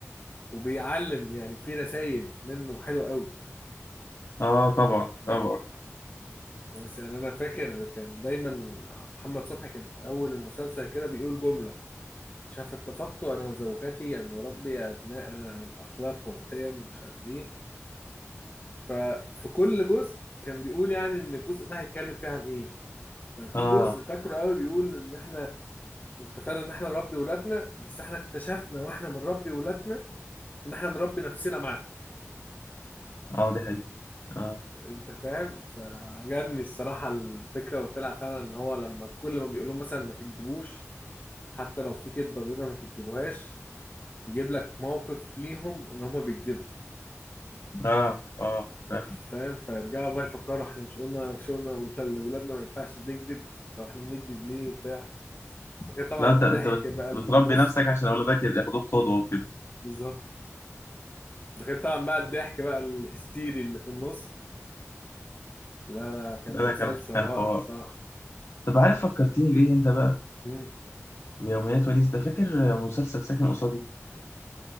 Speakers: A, on the left (about 35°); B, on the left (about 60°).
A: وبيعلم يعني في رسائل منه حلوة أوي
B: آه طبعا طبعا
A: بس يعني أنا فاكر كان دايما محمد صبحي كان في أول المسلسل كده بيقول جملة مش عارف اتفقت أنا وزوجتي أن نربي أبناءنا عن أخلاق وقيم مش عارف إيه ففي كل جزء كان بيقول يعني إن الجزء ده هيتكلم فيه عن إيه ففي
B: آه
A: جزء فاكره قوي بيقول ان احنا اتفقنا ان احنا نربي ولادنا بس احنا اكتشفنا واحنا بنربي ولادنا ان احنا بنربي نفسنا معاهم
B: آه دي حقيقة آه
A: انت فاهم فعجبني الصراحه الفكره وطلع فعلا ان هو لما كل ما بيقول لهم مثلا ما تكذبوش حتى لو في كذبه بيضه ما تكذبوهاش يجيب لك موقف ليهم ان هم بيكذبوا
B: آه آه
A: انت
B: فاهم
A: فاهم فيرجعوا بقى يفكروا احنا مش قلنا مش قلنا لولادنا ما ينفعش نكذب لو احنا بنكذب ليه بتاع غير طبعا
B: لا انت
A: الضحك
B: انت بت-
A: بقى اللي
B: بتربي
A: في النص
B: نفسك عشان أولادك ياخدوك قدوة وكده.
A: بالظبط ده غير طبعا بقى الضحك بقى الهستيري اللي في النص لا لا كان
B: لا
A: مسلسل
B: لا كان كان
A: رائع
B: حوار
A: الصراحة
B: طب عارف فكرتني بإيه أنت بقى
A: مم.
B: بيوميات ونيس ده فاكر مسلسل ساكن قصادي